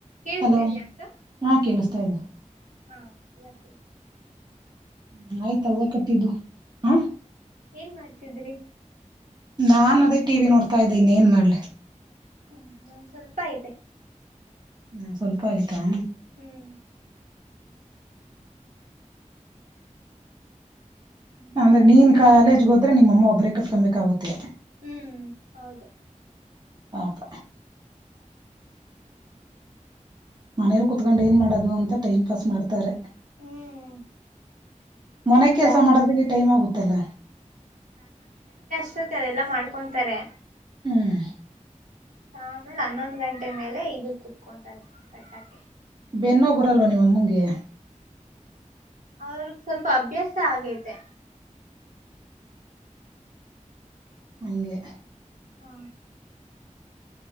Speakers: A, on the right; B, on the right.
A: ಕೇಳಿಸ್ತಿದ್ಯಾ
B: ಹಲೋ
A: ಅಕ್ಕ
B: ಹಾ ಕೇಳಿಸ್ತಾ ಇದ್ದೆ
A: ಹಾ ಇದ
B: ಹ್ಮ ಆಯ್ತಾ ಹೂ ಕಟ್ಟಿದ್ದು ಹ
A: ಏನ್ ಮಾಡ್ತಿದ್ರಿ
B: ನಾನ್ ಅದೇ ಟಿವಿ ನೋಡ್ತಾ ಇದ್ದೆ ಇನ್ ಏನ್ ಮಾಡ್ಲ
A: ಹ್ಮ್ ಇನ್ ಸ್ವಲ್ಪ ಐತೆ
B: ನಾ ಸ್ವಲ್ಪ ಆಯ್ತಾ
A: ಹ್ಮ್ ಹ್ಮ್
B: ಅಂದ್ರೆ
A: ಸ್ವಲ್ಪ
B: ನೀನ್
A: ಹೊತ್ತ
B: ಕಾಲೇಜ್ಗೆ ಹೋದ್ರೆ ನಿಮ್ಮ ಅಮ್ಮ ಒಬ್ರೇ ಕಟ್ಕೊಂಬಬೇಕಾಗುತ್ತೆ
A: ಹ್ಮ್ ಹೌದು
B: ಪಾಪ ಮನೇಲಿ ಕುೂತ್ಕೊಂಡು ಏನ್ ಮಾಡೋದು ಅಂತ ಟೈಮ್ ಪಾಸ್ ಮಾಡ್ತಾರೆ
A: ಹ್ಮ್
B: ಮನೆ
A: ಒಂದಾ
B: ಕೆಲಸ ಮಾಡದ್ರಿಗೆ ಟೈಮ್ ಆಗುತ್ತಲ್ಲ
A: ಸತ ಅದೆಲ್ಲ ಮಾಡ್ಕೊಂತಾರೆ
B: ಹ್ಮ್
A: ಆಮೇಲೆ ಹನ್ನೊಂದ್ ಗಂಟೆ ಮೇಲೆ ಇದ ಕುೂತ್ಕೊಂತಾರೆ ಕಟ್ಟಾಕ್ಕೆೆ
B: ಬೆನ್ನ ನೋವು ಬರಲ್ವ ನಿಮ್ಮಮ್ಮಂಗೆ
A: ಅವ್ರ ಸ್ವಲ್ಪ ಅಭ್ಯಾಸ ಆಗೈತೆ
B: ಹಗೆ
A: ಹಾ